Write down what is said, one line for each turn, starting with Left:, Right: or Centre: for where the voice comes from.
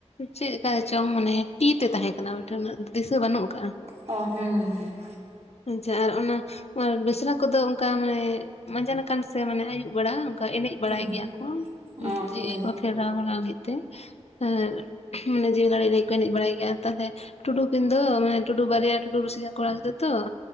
Left: ᱪᱮᱫᱠᱟ ᱪᱚᱝ ᱢᱟᱱᱮ ᱛᱤ ᱛᱮ ᱛᱟᱦᱮᱸ ᱠᱟᱱᱟ ᱩᱱᱤ ᱴᱷᱮᱱ ᱩᱱᱟ ᱫᱤᱥᱟᱹ ᱵᱟᱹᱱᱩᱜ ᱟᱠᱟᱜᱼᱟ᱾
Right: ᱚ ᱦᱩᱸ
Left: ᱟᱪᱪᱷᱟ ᱟᱨ ᱚᱱᱟ ᱵᱮᱥᱨᱟ ᱠᱚᱫᱚ ᱚᱱᱠᱟ ᱢᱟᱱᱮ ᱢᱟᱸᱡᱟᱱᱠᱟᱱ <inaudible> ᱥᱮ ᱢᱟᱱᱮ ᱟᱹᱭᱩᱵ ᱵᱮᱲᱟ ᱚᱱᱠᱟ ᱮᱱᱮᱡ ᱵᱟᱲᱟᱭ
Right: ᱦᱩᱸ
Left: ᱜᱮᱭᱟ ᱠᱚ
Right: ᱚ
Left: ᱡᱤᱣᱤ
Right: ᱦᱩᱸ
Left: ᱠᱚ ᱯᱷᱮᱨᱟᱣ ᱵᱟᱲᱟ ᱞᱟᱹᱜᱤᱫ ᱛᱮ᱾ ᱟᱨ ᱢᱟᱱᱮ ᱡᱤᱣᱤ ᱫᱟᱲᱮ <unintelligible> ᱞᱟᱹᱭ ᱠᱚ ᱮᱱᱮᱡ ᱵᱟᱲᱟᱭ ᱜᱮᱭᱟ ᱛᱟᱦᱞᱮ, ᱴᱩᱰᱩ ᱠᱤᱱᱫᱚ <unintelligible> ᱢᱟᱱᱮ ᱴᱩᱰᱩ ᱵᱟᱨᱭᱟ ᱴᱩᱰᱩ ᱨᱥᱤᱠᱟ ᱠᱚᱲᱟ <unintelligible> ᱛᱚᱫᱚ